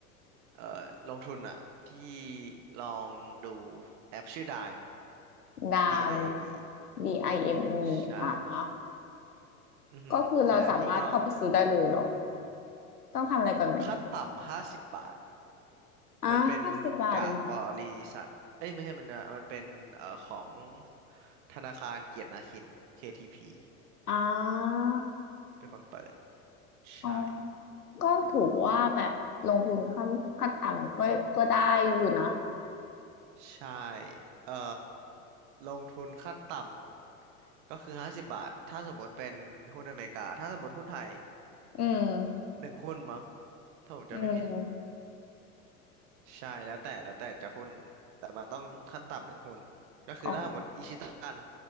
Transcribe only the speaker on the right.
เอ่อลงทุนอ่ะพี่ลองดูแอปชื่อ Dime
D I M E
ใช่อือฮึเสร็จแล้วพี่ก็
ขั้นต่ำห้าสิบบาท
มันเป็นจากบริษัทเอ้ยไม่ใช่มันนะมันเป็นเอ่อของธนาคารเกียรตินาคิน KTP
เป็นคนเปิดใช่
ใช่เอ่อลงทุนขั้นต่ำก็คือห้าสิบบาทถ้าสมมติเป็นหุ้นอเมริกาถ้าสมมติหุ้นไทย
หนึ่งหุ้นมั้งถ้าผมจำไม่ผิด
ใช่แล้วแต่แล้วแต่จะหุ้นแต่มันต้องขั้นต่ำหนึ่งหุ้นก็คือถ้าหมดอิชิตัน